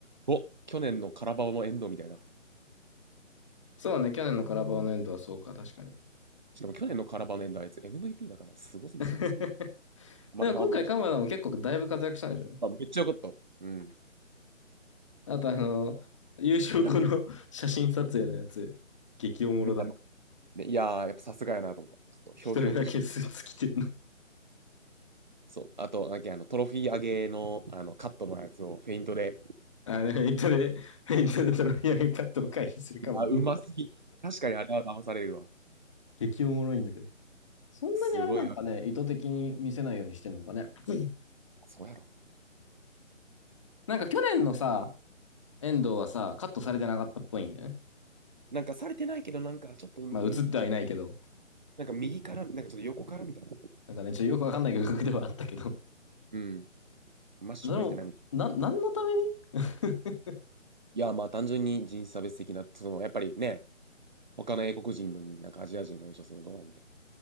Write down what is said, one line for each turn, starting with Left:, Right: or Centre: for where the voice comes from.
Right: お、去年のカラバオの遠藤みたいな。
Left: そうね、去年のカラバオのエンドはそうか、確かに。
Right: しかも去年のカラバオの遠藤あいつ MVP だからすごすぎ、
Left: <laughs>
Right: すごすぎる。ま、
Left: でも今回、
Right: まあ、ま
Left: カマダも結構だいぶ活躍したんでしょ
Right: あめっちゃよかった。うん。
Left: あと、あの、優勝後の
Right: ラ
Left: <laughs> 写真撮影のやつ、激おもろだった。
Right: みたいな。でいやー、やっぱさすがやなと思った。ちょっとひょうひょうとして。
Left: 一人だけスーツ着てんの
Right: そう。あと、なんかあのトロフィー上げの、あのカットのやつをフェイントで。
Left: あれ、フェイントで、フェイントでトロフィー上げカットを回避するかもだね。
Right: あ、うますぎ。確かにあれは騙されるわ。
Left: 激おもろいんだけど。そんなにあれなんかね、
Right: すごいわ
Left: 意図的に見せないようにしてんのかね。<laughs>
Right: そうやろ。
Left: なんか去年のさ、遠藤はさ、カットされてなかったっぽいんだよね。
Right: なんかされてないけど、なんかちょっと右、
Left: まあ映ってはいないけど。
Right: なんか右から、なんかちょっと横からみたいな。
Left: なんかね、ちょっとよくわかんない画角ではあったけど。
Right: うん。真正面じゃない。
Left: でも、な、何のために <laughs>
Right: いや、まあ単純に人種差別的な、そのやっぱりね、他の英国人のになんかアジア人が優勝するのどうなみたいな。